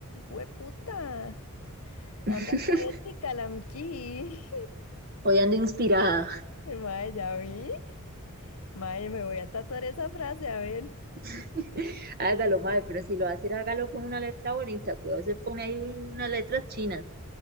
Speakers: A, on the left (about 75°); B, on the right (about 45°).
A: ¡Hueputa! Anda
B: <laughs>
A: poética la Michi.
B: Hoy ando inspirada.
A: <laughs> Mae, ya vi. Mae, me voy a tatuar esa frase, a ver.
B: <laughs>
A: <laughs>
B: Hágalo, madre, pero si lo va a hacer, hágalo con una letra bonita. Cuidado, se pone ahí unas letras chinas.